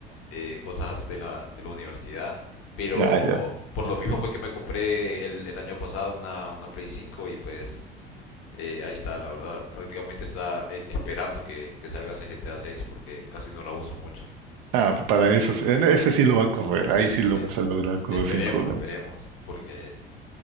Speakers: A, on the left; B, on the right.
A: eh, cosas de la, de la universidad, pero
B: ya, ya.
A: por lo mismo fue que me compré el, el año pasado una, una Play cinco y pues Eh, ahí está, la verdad. Prácticamente está eh, esperando que, que salga ese GTA 6 porque casi no la uso mucho.
B: Ah, pues para eso, sí, en ese sí lo va a correr.
A: Sí,
B: Ahí sí
A: sí,
B: lo
A: sí.
B: vas a lograr correr
A: Esperemos,
B: sin problema.
A: esperemos. Porque